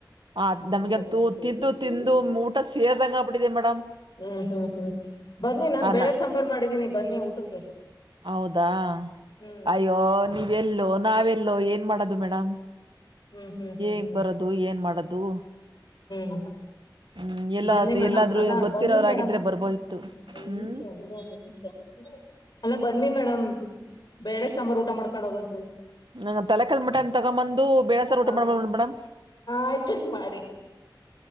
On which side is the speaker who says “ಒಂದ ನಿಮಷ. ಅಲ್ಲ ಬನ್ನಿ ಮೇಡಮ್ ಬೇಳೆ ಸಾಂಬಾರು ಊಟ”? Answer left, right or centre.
Left